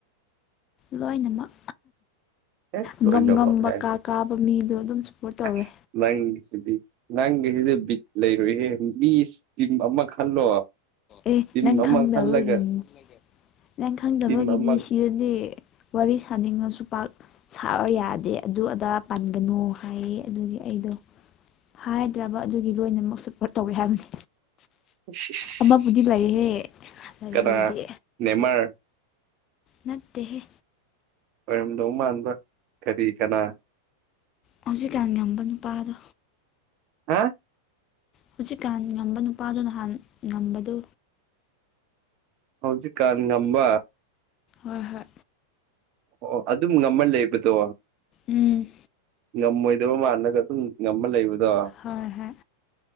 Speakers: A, on the left; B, on the right.
A: ꯂꯣꯏꯅꯃꯛ
B: ꯑꯦ ꯂꯣꯏꯅꯃꯛ
A: ꯉꯝ ꯉꯝꯕ
B: ꯍꯥꯏ
A: ꯀꯥ ꯀꯥꯕ ꯃꯤꯗꯣ ꯑꯗꯨꯝ ꯁꯞꯄꯣꯔꯠ ꯇꯧꯔꯦ
B: <unintelligible> ꯅꯪꯒꯤꯁꯤꯗꯤ ꯕꯤꯠ ꯂꯩꯔꯣꯏꯍꯦ ꯃꯤ ꯏꯁ ꯇꯤꯝ ꯑꯃ ꯈꯜꯂꯣ
A: ꯑꯦ
B: ꯇꯤꯝ
A: ꯅꯪ
B: ꯑꯃ
A: ꯈꯪꯗꯕꯒꯤꯅꯤ
B: ꯈꯜꯂꯒ
A: ꯅꯪ ꯈꯪꯗꯕꯒꯤꯅꯤ
B: ꯇꯤꯝ ꯑꯃ
A: ꯁꯤꯗꯗꯤ ꯋꯥꯔꯤ ꯁꯥꯅꯤꯡꯉꯁꯨ ꯄꯥꯛ ꯁꯥꯕ ꯌꯥꯗꯦ ꯑꯗꯨ ꯑꯗꯥ ꯄꯥꯟꯒꯅꯨ ꯍꯥꯏꯌꯦ ꯑꯗꯨꯒꯤ ꯑꯩꯗꯣ ꯍꯥꯏꯗ꯭ꯔꯕ ꯑꯗꯨꯒꯤ ꯂꯣꯏꯅꯃꯛ ꯁꯞꯄꯣꯔꯠ ꯇꯧꯋꯤ ꯍꯥꯏꯕꯅꯤ
B: <inaudible> <unintelligible>
A: ꯑꯃꯕꯨꯗꯤ ꯂꯩꯍꯦ ꯂꯩꯔꯕꯨꯗꯤ
B: ꯀꯅꯥ ꯅꯦꯃꯔ
A: ꯅꯠꯇꯦꯍꯦ
B: ꯑꯣꯏꯔꯝꯗꯧ ꯃꯥꯟꯕ ꯀꯔꯤ ꯀꯅꯥ
A: ꯍꯧꯖꯤꯛꯀꯥꯟ ꯉꯝꯕ ꯅꯨꯄꯥꯗꯣ
B: ꯍꯥ
A: ꯍꯧꯖꯤꯛꯀꯥꯟ ꯉꯝꯕ ꯅꯨꯄꯥꯗꯣ ꯅꯍꯥꯟ ꯉꯝꯕꯗꯣ
B: ꯍꯧꯖꯤ ꯀꯥꯥꯟ ꯉꯝꯕ
A: ꯍꯣꯏ ꯍꯣꯏ
B: ꯑꯣ ꯑꯗꯨꯝ ꯉꯝꯃ ꯂꯩꯕꯗꯣ
A: ꯎꯝ
B: ꯉꯝꯃꯣꯏꯗꯕ ꯃꯥꯟꯂꯒ ꯑꯗꯨꯝ ꯉꯃ ꯂꯩꯕꯗꯣ
A: ꯍꯣꯏ ꯍꯣꯏ